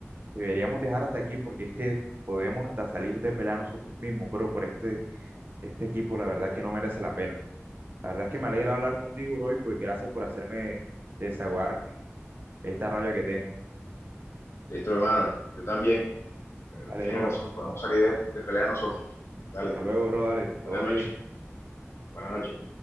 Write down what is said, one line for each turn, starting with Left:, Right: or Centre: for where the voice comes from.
Right: Deberíamos dejar hasta aquí porque es que podemos hasta salir de pelea nosotros mismos, pero por este, este equipo la verdad que no merece la pena. La verdad es que me alegra hablar contigo, bro, y pues gracias por hacerme desahogar con esta rabia que tengo.
Left: Listo, hermano, yo también. Pero
Right: Dale,
Left: tienes
Right: bro.
Left: razón, podemos salir de, de pelea nosotros. Dale,
Right: Hasta luego, bro. Dale.
Left: buena
Right: Todo
Left: noche,
Right: bien.
Left: buena noche.